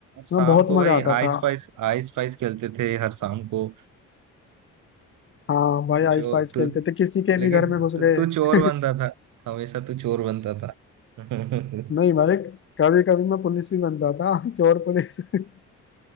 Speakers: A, on the right; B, on the left.
A: शाम
B: हमें बहुत
A: को भाई
B: मजा आता
A: आइस
B: था
A: पाइस आइस पाइस खेलते थे हर शाम को
B: हाँ भाई
A: तू
B: आइस
A: चो
B: पाइस
A: तू
B: खेलते थे किसी के
A: लेकिन
B: भी घर में घुस
A: तू
B: गए
A: तू चोर
B: <laughs>
A: बनता था हमेशा तू चोर बनता था <laughs>
B: नहीं भाई कभी कभी मैं पुलिस भी बनता था चोर पुलिस <laughs>